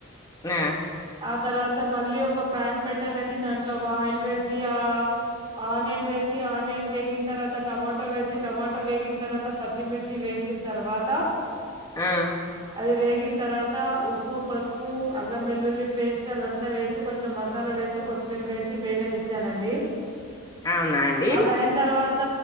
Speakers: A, on the left; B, on the right.
A: నా
B: ఆ తర్వాత మళ్ళీ ఒక ప్యాన్ పెట్టానండి దాంట్లోకు ఆయిల్ వేసి ఆ ఆనియన్ వేసి ఆనియన్ వేగిన తర్వాత టమాటో వేసి టొమాటో వేగిన తర్వాత పచ్చిమిర్చి వేసిన తర్వాత
A: ఆ
B: అది వేగిన తర్వాత ఉ ప్పు ప సుపు అల్లం వెల్లుల్లి పేస్ట్ అదంతా వేసి కొంచెం మసాలా వేసి కొత్తిమీర వేసి వేగనిచ్చానండి
A: అవునా అండి
B: అదై న తర్వాత